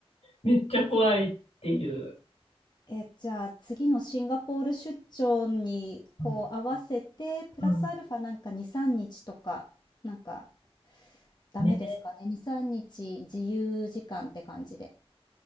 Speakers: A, on the left (about 75°); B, on the left (about 40°).
A: めっちゃ怖いっていう。
B: え、じゃあ次のシンガポール出張にこう合わせて、
A: うん
B: プラスアルファなんか2、
A: うん
B: 3日とか、なんかダメですかね。
A: ね、
B: 2、3日自由時間って感じで。